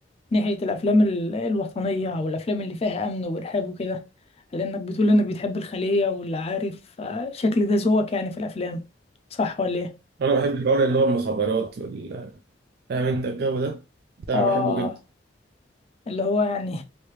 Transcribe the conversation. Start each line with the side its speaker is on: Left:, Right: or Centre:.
Left: ناحية الأفلام ال- الوطنية أو الأفلام اللي فيها أمن وإرهاب وكده لأنك بتقول إنك بتحب الخلية واللي عارف آه، شكل ده ذوقك يعني في الأفلام صح ولا إيه؟
Right: انا بحب الحوار اللي هو المخابرات وال فاهم انت الجو ده ده انا
Left: آه
Right: بحبه جدا
Left: اللي هو يعني